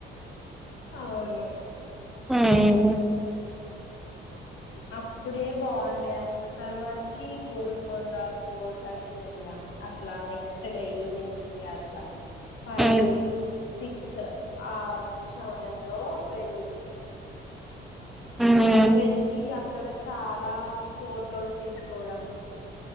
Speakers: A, on the left; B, in the centre.
A: అవును
B: ఉమ్
A: అప్పుడే బావుండేది అక్క అంత తర్వాతకి గోల్కొండ కోటకి వెళ్ళామ్ మె అట్లా నెక్స్ట్ డే ఈవినింగ్ కి అట్లా ఫైవ్
B: ఉమ్
A: సిక్స్ ఆ సమయంలో వెళ్ళినం
B: ఉమ్
A: వెల్లి అక్కడ చాలా ఫొటోస్ తీసుకోవడం